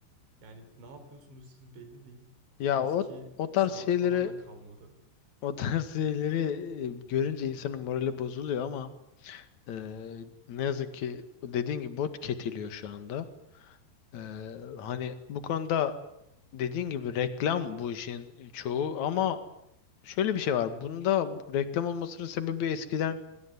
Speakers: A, on the right; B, on the left.
A: Yani ne yapıyorsunuz siz belli değil.
B: Ya
A: Eski
B: o o tarz
A: sanat
B: şeyleri
A: falan da kalmadı.
B: <laughs> o tarz şeyleri
A: Hı.
B: e, görünce insanın morali bozuluyor ama e, ne yazık ki dediğin gibi bot tüketiliyor şu anda. E, hani bu konuda dediğin gibi reklam bu işin çoğu ama şöyle bir şey var. Bunda reklam olmasının sebebi eskiden